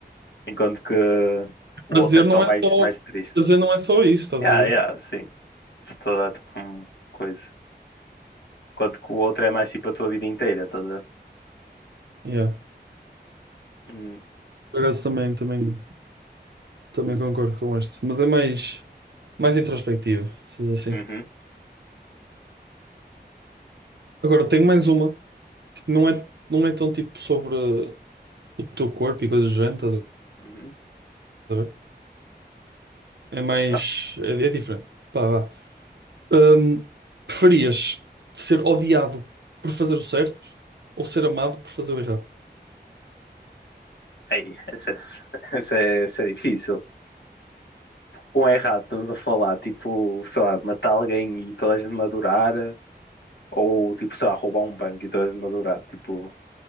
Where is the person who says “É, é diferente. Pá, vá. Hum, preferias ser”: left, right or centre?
Right